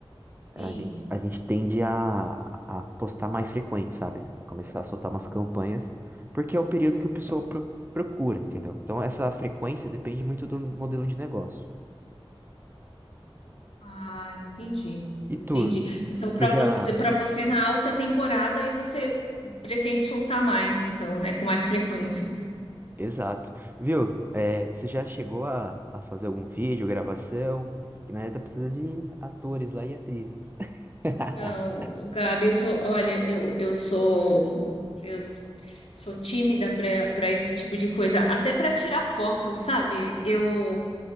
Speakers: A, on the right; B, on the left.
A: a
B: Sim.
A: gente, a gente tende a, a postar mais frequente, sabe? A começar a soltar umas campanhas, porque é o período que o pessoal pro- procura, entendeu? Então essa frequência depende muito do modelo de negócio.
B: Ah, entendi.
A: E
B: Entendi.
A: tu,
B: Então, para
A: tu já
B: você, para você na alta temporada, aí você pretende soltar mais, então, né, com mais frequência.
A: Exato. Viu? É, você já chegou a, a fazer algum vídeo, gravação? Que na verdade precisa de atores lá e atrizes. <laughs>
B: Não, o Gabi, eu sou, olha, eu, eu sou, eu sou tímida para para esse tipo de coisa, até para tirar foto, sabe? Eu